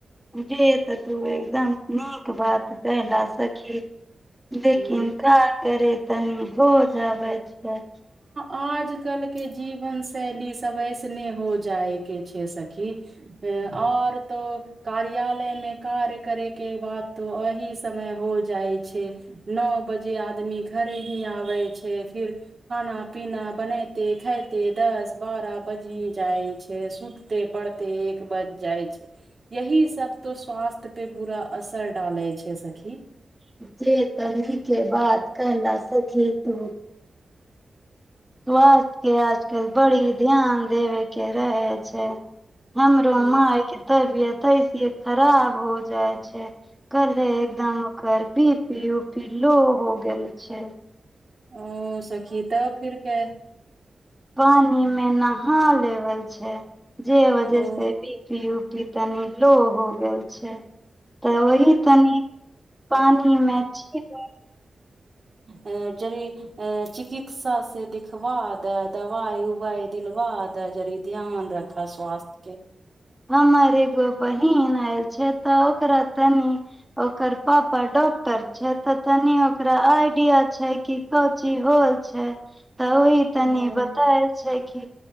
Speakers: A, in the centre; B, on the right.
A: जे तऽ तू एकदम नीक बात कहला सखी लेकिन
B: हूं
A: का करे तनी हो जाबै तऽ
B: आज कल के जीवन शैली सब ऐसने हो जाय के छै सखी आओर तो कार्यालय मे कार्य करे के बाद तो एही समय हो जाइ छै नओ बजे आदमी घरे ही आबै छै फिर <unintelligible>
A: <unintelligible> <unintelligible> बड़ी ध्यान देबे के रहै छै हमरो
B: हूँ
A: माइ के तबीयत तैसियै खराब हो जाइ छै कल्हे
B: हूँ
A: एकदम कर बीपी उपी लो हो गेल छै
B: ओ सखी तऽ फिर कै
A: पानि मे नहा लेवल छै जे वजह
B: ओ
A: से बीपी उ- की तनि लो हो गेल छै तऽ ओही तनि पानिमे छीट
B: अ - जरी अ- चिकित्सा से दिखवा दाए दवाई उवाई दिलवा दाए जरी ध्यान रख स्वास्थ के
A: हमर एगो बहीन आएल छै तऽ ओकरा तनि ओकर पापा डॉक्टर छै तऽ तनि ओकरा आइडिया छै की क चीज होल छै त ओहि तनि
B: हँ
A: बताल छै कि